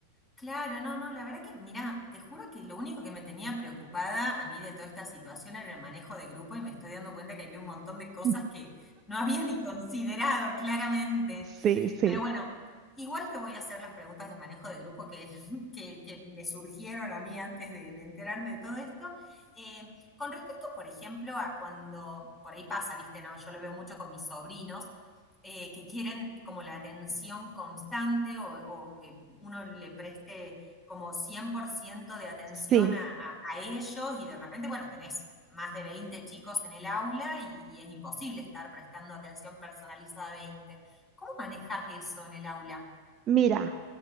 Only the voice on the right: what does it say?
<laughs>
Sí, sí,
sí.
Mira,